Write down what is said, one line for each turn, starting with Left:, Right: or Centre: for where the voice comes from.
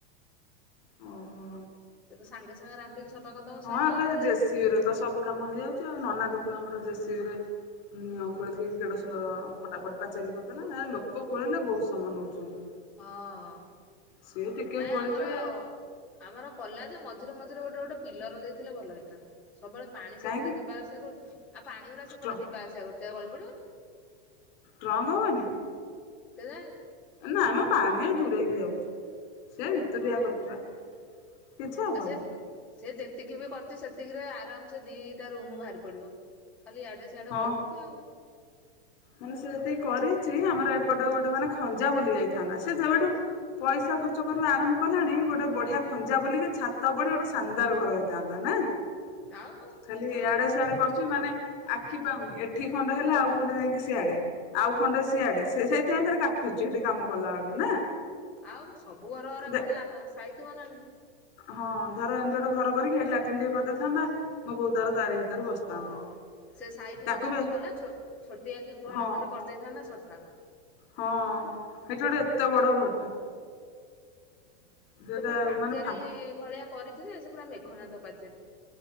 Left: ଓହୋ
Centre: ସେ ତ ସାଙ୍ଗେ ସାଙ୍ଗେ ରାମ୍ପିକି ସଫା କରଦବ
Left: ହଁ
Centre: ସଇଲା।
Left: ଏବେ
Centre: ଖାଲି
Left: ଜେସିବି ରେ ତ ସବୁ କାମ ହେଇଯାଉଛି ଆଉ। ନନା ଦେୁଖୁନୁ ଆମର ଜେସିବି ରେ ନିଅଁ ଖୋଳିକି କେଡେ ସୁନ୍ଦର ପଟାପଟ ପାଚେରି କରିଦେଲା। ଏ ଲୋକ ଖୋଳିଲେ ବହୁତ ସମୟ ନଉଛନ୍ତି।
Centre: ହଁ,
Left: ସିଏ ଟିକେ
Centre: ନାଇଁ
Left: ଖୋଳିବେ
Centre: ଆମର ଆମର କଲା ଯେ ମଝିରେ ମଝିରେ ଗୋଟେ ଗୋଟେ ପିଲର ଦେଇଥିଲେ ଭଲ ହେଇଥାନ୍ତା। ସବୁବେଳେ ପାଣି
Left: କାହିଁକି
Centre: ସେପଟେ ଯିବା ଆସିବା କରୁଛି। ଆଉ ପାଣି ଗୁରା
Left: ଷ୍ଟ୍ରଙ୍ଗ
Centre: ସେପଟେ ଯିବା ଆସିବା କରୁଛି, ଆଉ ଗଳି ପଡ଼ିବନି।
Left: ଟ୍ରଙ୍ଗ୍ ହବନି?
Centre: କେଜାଣି।
Left: ନା ମ ପାଣି ଇଏ ଦୂରେଇକି ଯାଉଛି। ସେ ଭିତୁରିଆ
Centre: ହଁ
Left: କରୁଛି ପା। କିଛି ହବନି।
Centre: ଆଉ ସେ ସେ ଯେତିକି ବି କରିଛି ସେତିକିରେ ଆରାମ ସେ ଦିଟା ରୁମ ବାହାରି ପଡିବ। ଖାଲି ଏଆଡେ ସେଆଡ଼େ
Left: ହଁ।
Centre: ବଢୁଉଛି ଆଉ।
Left: ମାନେ ସେ ଯେତିକି କରିଛି, ଆମର ଏପଟେ ଗୋଟେ ମାନେ ଖଞ୍ଜା ବୁଲି ଯାଇଥାନ୍ତା। ସେ ଯେବେଠୁ ପଇସା ଖର୍ଚ୍ଚ କରିବା ଆରମ୍ଭ କଲାଣି, ଗୋଟେ ବଢିଆ ଖଞ୍ଜା ବୁଲିକି, ଛାତ ପଡି ଗୋଟେ ଶାନ୍ଦାର ଘର ହେଇଥାନ୍ତା। ନା। <inaudible>
Centre: ଆଉ
Left: ଖାଲି
Centre: ହଁ
Left: ଇଆଡେ ସିଆଡେ କରୁଛି, ମାନେ ଆଖି ପାଉନି। ଏଠି ଖଣ୍ଡେ ହେଲେ ଆଉ ଖଣ୍ଡେ ଯାଇକି ସିଆଡେ। ଆଉ ଖଣ୍ଡେ ସିଆଡେ। ସେ ସେଇଥିପାଇଁ ଭାରି କାଟୁଚି ସେଠି କାମ କଲା ବେଳୁ, ନା।
Centre: ଆଉ ସବୁ ଘର ଗରା
Left: ଦେ
Centre: ପୁଣି ସାଇଥିବ ନାଁ
Left: ହଁ ଧର ଏମିତି ଗୋଟେ ଘର କରିକି, ହେଟି ଲାଟିନ୍ ଟିକେ କରିଦେଇଥାନ୍ତା। ମୋ ବଉ ତାର ତାରି ଭିତରେ ବସିଥାନ୍ତା
Centre: ହଁ। ସେ ସାଇଟିକୁ
Left: ତାକୁ
Centre: ଯେମିତି
Left: ବି
Centre: କଲା ଛୋ ଛୋଟିଆ କି ଗୁହାଳ
Left: ହଁ
Centre: ଖଣ୍ଡେ କରିଦେଇଥାନ୍ତା, ସରିଥାନ୍ତା।
Left: ହଁ, ସେଇଠି ଗୋଟେ
Centre: ଆଉ
Left: ଏତେ ବଡ ଘରଟା।
Centre: ହୁଁ।
Left: ସେଟା
Centre: ସେ ପୁଣି ପାଚେରୀ
Left: ମାନେ ଫା
Centre: ଭଳିଆ କରିଛି ଯେ, ସେ ପୁରା ମେଘନାଦ ପାଚେରୀ।